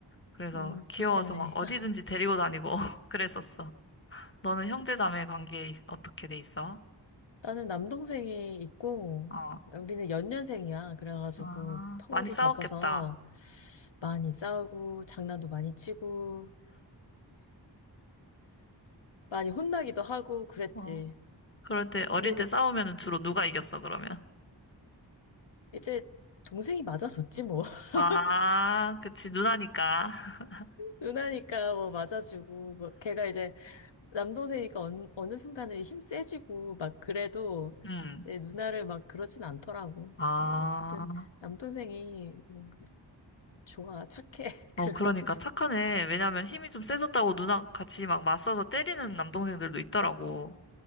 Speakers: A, on the left (about 30°); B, on the left (about 80°).
A: 그래서
B: 음,
A: 귀여워서
B: 그렇겠네.
A: 막 어디든지
B: <laughs>
A: 데리고 다니고 <laughs> 그랬었어. 너는 형제 자매 관계 있- 어떻게 돼 있어?
B: 나는 남동생이 있고,
A: 어,
B: 나- 우리는 연년생이야. 그래가지고
A: 아,
B: 터울이
A: 많이 싸웠겠다.
B: 적어서 많이 싸우고, 장난도 많이 치고, 많이 혼나기도 하고 그랬지.
A: 어, 그럴 때 어릴
B: 근데 이제,
A: 때 싸우면은 주로 누가 이겼어 그러면?
B: 이제 동생이 맞아줬지 뭐. <laughs>
A: 아, 그치 누나니까. <laughs>
B: 누나니까 뭐 맞아주고, 뭐 걔가 이제 남동생이니까 언, 어느 순간에 힘 세지고 막 그래도
A: 음,
B: 이제 누나를 막 그렇진 않더라고.
A: 아,
B: 네, 어쨌든 남동생이 음, 좋아, 착해. <laughs>
A: 어
B: 그래가지고
A: 그러니까 착하네. 왜냐면 힘이 좀 세졌다고 누나 같이 막 맞서서 때리는 남동생들도 있더라고.